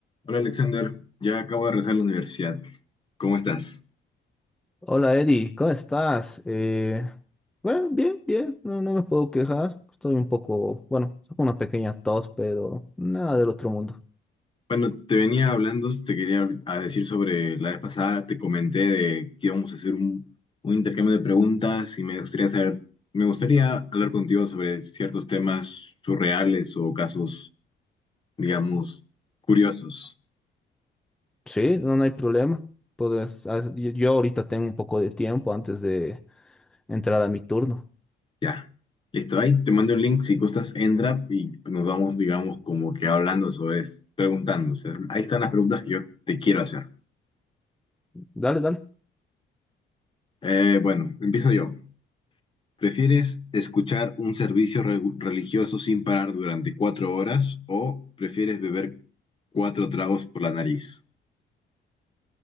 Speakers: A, on the left (about 25°); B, in the centre.
A: Hola Alexander, ya acabo de regresar a la universidad. ¿Cómo estás?
B: Hola Eddie, ¿cómo estás? Eh, bueno, bien, bien, no, no me puedo quejar. Estoy un poco, bueno, con una pequeña tos, pero nada del otro mundo.
A: Bueno, te venía hablando, te quería a decir sobre la vez pasada, te comenté de que íbamos a hacer un, un intercambio de preguntas y me gustaría saber, me gustaría hablar contigo sobre ciertos temas surreales o casos, digamos, curiosos.
B: Sí, no, no hay problema. Puedes, ah, yo yo ahorita tengo un poco de tiempo antes de entrar a mi turno.
A: Ya, listo, ahí te mando un link si gustas, entra y nos vamos, digamos, como que hablando sobre eso, preguntando. O sea, ahí están las preguntas que yo te quiero hacer.
B: Dale, dale.
A: Eh, bueno, empiezo yo. ¿Prefieres escuchar un servicio re- religioso sin parar durante cuatro horas o prefieres beber cuatro tragos por la nariz?